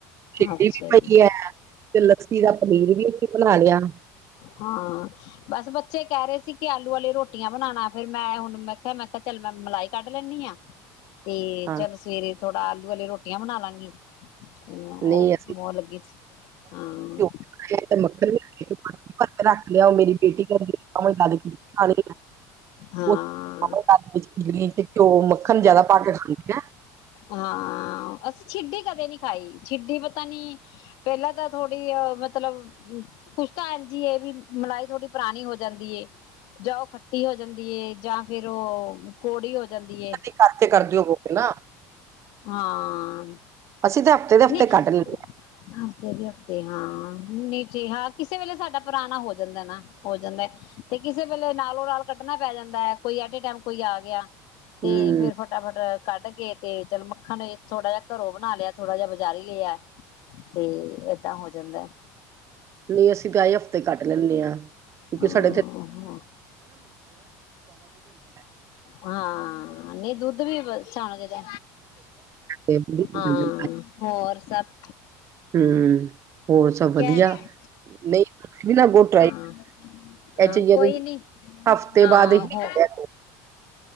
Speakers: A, on the right; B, on the left.
A: ਭਿੰਡੀ
B: ਅੱਛਾ
A: ਵੀ
B: ਜੀ
A: ਪਈ ਹੈ, ਤੇ ਲੱਸੀ ਦਾ ਪਨੀਰ ਵੀ ਅਸੀਂ ਬਣਾ ਲਿਆ।
B: ਹਾਂ ਬਸ ਬੱਚੇ ਕਹਿ ਰਹੇ ਸੀ। ਕਿ ਆਲੂ ਵਾਲੇ ਰੋਟੀਆਂ ਬਣਾਉਣਾ ਫਿਰ ਮੈਂ, ਹੁਣ ਮੈਂ ਕਿਹਾ ਮੈਂ ਕਿਹਾ ਚਲ ਮੈਂ ਮਲਾਈ ਕੱਢ ਲੈਦੀ ਆ। ਤੇ,
A: ਹਾਂ
B: ਚੱਲ ਸਵੇਰੇ ਥੋੜਾ, ਆਲੂ ਵਾਲੀ ਰੋਟੀਆਂ ਬਣਾ ਲਾਂਗੀ। ਤੇ ਮੈਂ ਉਹ,
A: ਨਹੀਂ
B: ਉਹ ਲਗੀ ਸੀ ਹਾਂ
A: ਏ ਤੇ ਮੱਖਣ ਵੀ ਰੱਖ ਲਿਆ, ਉਹ ਮੇਰੀ ਬੇਟੀ ਕਰਕੇ <unintelligible> ਦਾਣੀ ਆ।
B: ਹਾਂ
A: ਉਹ, ਘੀ, ਘਿਓ, ਮੱਖਣ ਜਿਆਦਾ ਪਾ ਕੇ ਖਾਂਦੇ ਆ।
B: ਹਾਂ, ਅਸੀਂ ਛਿੱਡੀ ਕਦੇ ਨੀ ਖਾਈ, ਛਿੱਡੀ ਪਤਾ ਨੀ ਪਹਿਲਾਂ ਤਾਂ ਥੋੜ੍ਹੀ ਆ ਮਤਲਬ ਕੁਛ ਤਾਂ <unintelligible> ਜੀ ਇਹ ਵੀ, ਮਲਾਈ ਥੋੜੀ ਪੁਰਾਣੀ ਹੋ ਜਾਂਦੀ। ਜਾਂ ਉਹ, ਖੱਟੀ ਹੋ ਜਾਂਦੀ ਹੈ। ਜਾਂ ਫਿਰ, ਉਹ ਕੋੜੀ ਹੋ ਜਾਂਦੀ ਹੈ।
A: ਛੱਤ ਤੇ, ਕਰਦੇ ਹੋ ਵੋ ਗੇ ਨਾ
B: ਹਾਂ
A: ਅਸੀਂ, ਤਾਂ ਦੇ ਹਫ਼ਤੇ
B: ਨੀ ਹਫ਼ਤੇ
A: ਕੱਢ ਲੈਂਦੇ
B: ਦੇ ਹਫ਼ਤੇ ਹਾਂ ਨੀਚਾਂ, ਕਿਸੇ ਵੇਲੇ ਸਾਡਾ ਪੁਰਾਣਾ ਹੋ ਜਾਂਦਾ ਨਾ, ਹੋ ਜਾਂਦਾ। ਤੇ ਕਿਸੇ ਵੇਲੇ ਨਾਲੋਂ ਨਾਲ ਕੱਢਣਾ ਪੈ ਜਾਂਦਾ ਹੈ। ਕੋਈ ਐਟਏ ਟਾਈਮ ਕੋਈ ਆ ਗਿਆ।
A: ਹਾਂ
B: ਤੇ
A: ਹੂੰ
B: ਫਿਰ ਫਟਾਫਟ ਕੱਢ ਕੇ, ਤੇ ਚੱਲ ਮੱਖਣ ਨੂੰ ਥੋੜਾ ਜਿਹਾ ਘਰੋਂ ਬਣਾ ਲਿਆ। ਥੋੜਾ, ਜਿਹਾ ਬਜਾਰੀ ਲੇ ਆ, ਤੇ ਏਦਾਂ ਹੋ ਜਾਂਦਾ ਹੈ।
A: ਨਹੀਂ ਅਸੀਂ, ਤਾਂ ਆਏ ਹਫ਼ਤੇ ਕੱਟ ਲੈਂਦੇ ਹਾਂ, ਕਿਉਂਕਿ
B: ਹਮ
A: ਸਾਡੇ ਇੱਥੇ <unintelligible>
B: ਹਾਂ, ਨਹੀਂ ਦੁੱਧ ਵੀਛਾਣਾ ਚਾਹੀਦਾ
A: ਹੈ
B: ਹਾਂ। ਹੋਰ, ਸਭ
A: ਹਮ, ਹੋਰ
B: ਠੀਕ
A: ਸਭ ਵਧੀਆ,
B: ਹੈ
A: <unintelligible>
B: <unintelligible> ਹਾਂ,
A: ਇਹ ਚੀਜ਼ਾਂ
B: ਕੋਈ
A: ਦੇ
B: ਨੀ
A: ਹਫ਼ਤੇ
B: ਹਾਂ
A: ਬਾਅਦ ਹੀ ਕੱਢਿਆ
B: ਹੋ।
A: ਕਰੋ